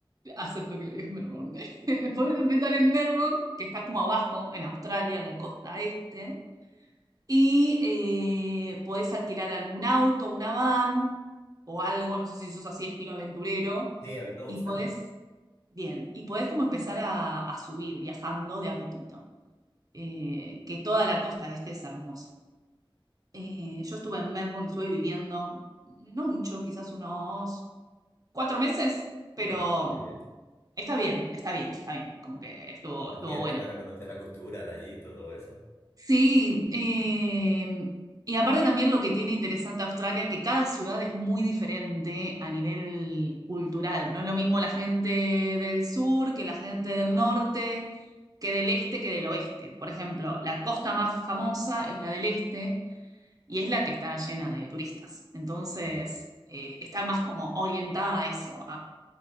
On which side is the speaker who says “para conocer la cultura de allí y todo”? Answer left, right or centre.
Left